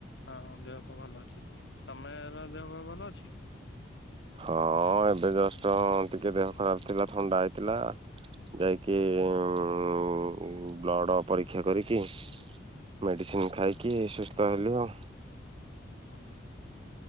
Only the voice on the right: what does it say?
ହଁ ଏବେ ଜଷ୍ଟ ଟିକେ ଦେହ ଖରାପ ଥିଲା ଥଣ୍ଡା ହେଇଥିଲା। ଯାଇକି ଉଁ ମ୍ ମ୍ ମ୍ ମୁଁ ବ୍ଲଡ଼ ପରୀକ୍ଷା କରିକି ମେଡିସିନ ଖାଇକି ସୁସ୍ଥ ହେଲି ଆଉ।